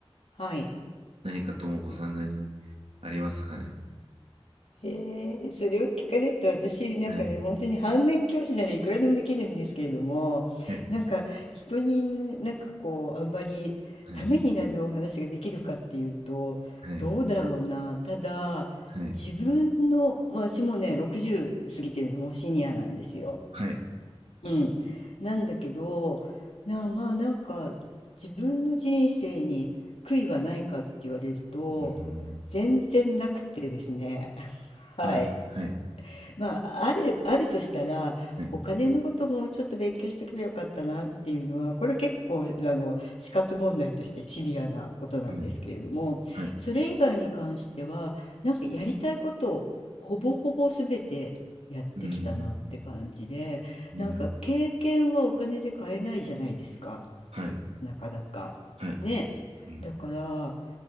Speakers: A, on the left (about 85°); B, on the right (about 80°).
A: はい。
B: 何かともこさんなりにありますかね
A: へえ、それを聞かれると私なんかね、
B: はい、
A: 本当に反面教師ならいくらでもできるんですけれども、
B: はい、
A: なんか人になんかこう、あんまりためになるお話ができるかっていうと、
B: はい、はい、
A: どうだろうな。ただ、
B: はい、
A: 自分の、まあ私もね、60過ぎてるのもうシニアなんですよ。
B: はい、
A: うん。なんだけど、なあ、まあなんか自分の人生に悔いはないかって言われると、
B: うん、
A: 全然なくてですね。<laughs> はい。
B: はい、はい、
A: まあ、あれ、あるとしたら、
B: はい、
A: お金のこともちょっと勉強しておけばよかったなっていうのは、これ結構、あの、死活問題としてシビアなことなんですけれども、
B: はい、はい、う
A: それ以外に関しては、なんかやりたいことをほぼほぼ全てやってきたなって感じで、
B: ん、うん
A: なんか経験はお金で買えないじゃないですか、
B: はい、
A: なかなか。
B: はい。
A: ね。
B: うん、
A: だから、